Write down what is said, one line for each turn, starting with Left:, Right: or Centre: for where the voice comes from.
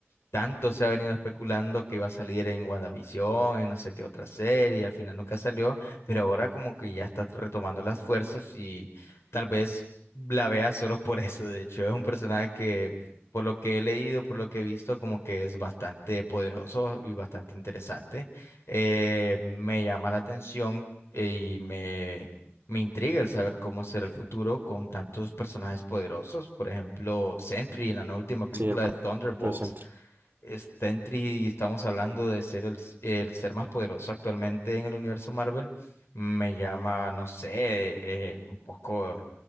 Left: tanto se ha venido especulando que iba a salir en WandaVision, en no sé qué otra serie, y al final nunca salió, pero ahora como que ya está retomando las fuerzas y tal vez la vea solo por eso. De hecho, es un personaje que, por lo que he leído, por lo que he visto, como que es bastante poderoso y bastante interesante. Eh, me llama la atención y me, me intriga el saber cómo será el futuro con tantos personajes poderosos. Por ejemplo, Sentry en la nueva última película
Right: Sí, el propio
Left: de Thunderbolts
Right: Sentry.
Left: Está en tri- y estamos hablando de ser el, s- el ser más poderoso actualmente en el universo Marvel. Me llama, no sé, eh, un poco